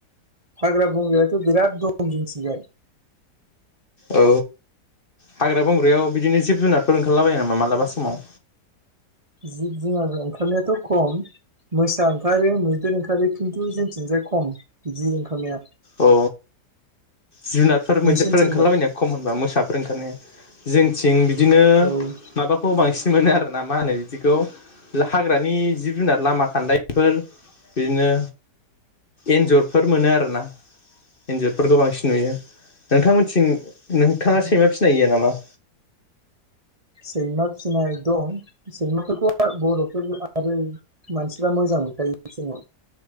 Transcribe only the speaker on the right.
हाग्रा बंग्राया बिराद दं जोंनिथिंजाय
जिब जुनार ओंखारनायाथ' खम मोसा ओंखारो मैदेर ओंखारो खिन्थु जोंथिंजाय खम बेदि ओंखारनाया।
नोंसिनिथिंलाय
औ
औ
सैमा फिनाय दं सैमाफोरखौ बर'फोर आरो मानसिफ्रा मोजां मोनखायो जोङो